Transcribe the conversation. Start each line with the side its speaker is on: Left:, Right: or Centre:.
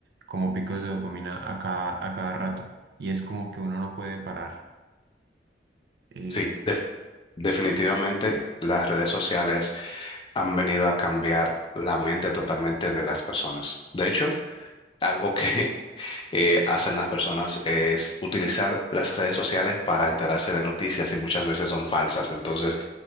Right: como picos de dopamina a cada, a cada rato. Y es como que uno no puede parar. eh,
Left: Sí, def- definitivamente las redes sociales han venido a cambiar la mente totalmente de las personas. De hecho, algo que <laughs> eh, hacen las personas es utilizar las redes sociales para enterarse de noticias y muchas veces son falsas. Entonces,